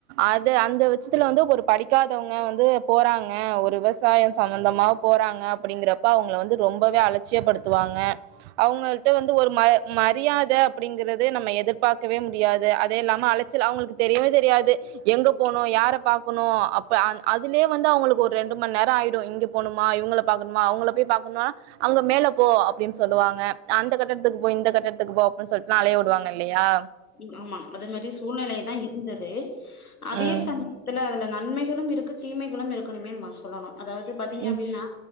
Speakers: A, on the right; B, on the left.
A: அது அந்த விச்சத்துல வந்து ஒரு படிக்கா தவங்க வந்து போறாங்க ஒரு விவசாயம் சம்பந்தமா போறாங்க அப்டிங்கறப்ப அவங்கள வந்து ரொம்பவே அலச் சியப்படுத்துவாங்க அவங்கள்ட வந்து ஒரு ம மரியாத அப்படிங்கறதே நம்ம எதிர்பார்க் கவே முடியாது அதே இல்லாம அழச்சல் அவங்களுக்கு தெரியவே தெரியாது எங்க போனு யார பாக்கணு அப் இப்ப அ அதுலே வந்து அவங்ளுக்கு ஒரு ரெண்டு மண் நேரோ ஆயிடு இங்க போணுமா இவங்கங்கள பாக்கணுமா அவங்கள போய் பாக்கண்ணா அங்க மேல போ அப்டின் சொல்லுவாங்க அந்த கட்டத்துக்கு போ இந்த கட்டத்துக்கு போ அப்டின் சொல்லிட்டு அலைய விடுவாங்க இல்லையா
B: ம் ஆமா அது மாரி சூழ்நிலையாதா இருந்தது அதே
A: ம்
B: சமயோ துல அதுல நன்மைகளும் இருக்கு தீமைகளும் இருக்குணுமே நம்ம சொல்லணு அதாவது பாத்தீங்க
A: ம்
B: அப்டின்னா